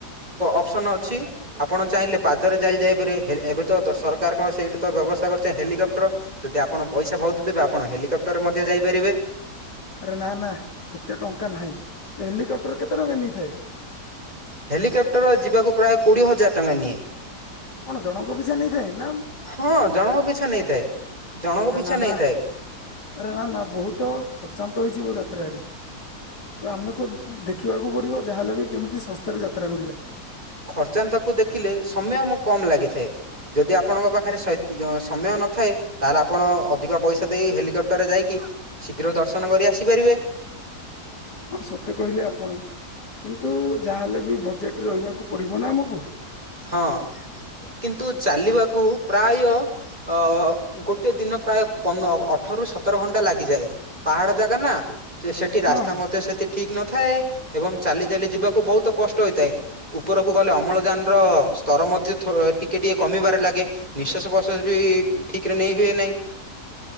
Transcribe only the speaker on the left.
ଆରେ ନା ନା ଏତେ ଟଙ୍କା ନାହିଁ। ତ ହେଲିକେପ୍ଟର କେତେ ଟଙ୍କା ନେଇଥାଏ?
କଣ ଜଣଙ୍କ ପିଛା ନେଇଥାଏ ନା
ଆରେ
ନା
ନା ଆରେ ନା ନା ବହୁତ ଖର୍ଚ୍ଚାନ୍ତ ହେଇଯିବୁ ଯାତ୍ରାରେ, ତ ଆମେକହୁଚୁଦେଖ ଦେଖିବାକୁ ପଡ଼ିବ ଯାହା ହେଲେ ବି କେମିତି ଶସ୍ତାରେ ଯାତ୍ରା କରିବା।
ହଁ ସତେ କହିଲେ ଆପଣ। କିନ୍ତୁ ଯାହାହେଲେ ବି ବଜେଟରେ ରହିବାକୁ ପଡିବ ନା ଆମକୁ।
ହଁ ହଁ